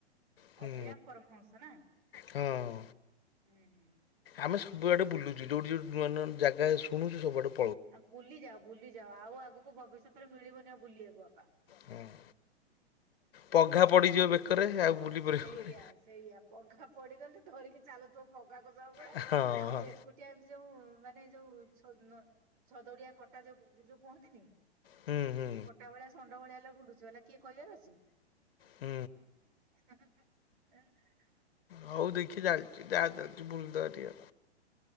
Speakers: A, on the left; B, on the right.
A: ହୁଁ
B: ଅଭିରାମ ପରମହଂସ ନା
A: ହଁ।
B: ହୁଁ।
A: ଆମେ ସବୁଆଡେ ବୁଲୁ ଯୋଉଠି ଯୋଉି ନୂଆ ନୂଆ ଜାଗା ଶୁଣୁଛୁ ସବୁଆଡେ
B: ଆଉ ବୁଲି ଯାଉ ବୁଲି ଯାଉ ଆଉ ଆଗକୁ ଭବିଷ୍ୟତରେ ମିଳିବନି ଆଉ ବୁଲିବାକୁ ବାପା।
A: ହଁ ପଘା ପଡିଯିବ ବେକରେ ଆଉ ବୁଲି ପାରିବୁ
B: ସେଇଆ-ସେଇଆ
A: କୁଆଡ଼େ
B: ପଘା ପଡିଗଲେ ଧରିକି ଚାଲୁଥିବ ଲଗାକୁ ଦବ ବଳେ
A: ହଁ
B: ଆଉ
A: ହଁ
B: ଏକୁଟିଆ ଏମିତି ଯୋଉ ମାନେ ଯୋଉ ଛଦଡିଆ କଟା ଯୋଉ ଯୋଉ କୁହନ୍ତିନି।
A: ହୁଁ ହୁଁ
B: ଗୋଟା ଭଳିଆ ଷଣ୍ଢ ଭଳିଆ ହେଲା ବୁଲୁଛି ହେଲା କିଏ କହିବାର ଅଛି।
A: ହୁଁ।
B: ହଁ-ହଁ-ହଁ।
A: ହଉ ଦେଖି ଚାଲିଛି ଯାହା ଚାଲିଛି ବୁଲଦବା ଟିକେ।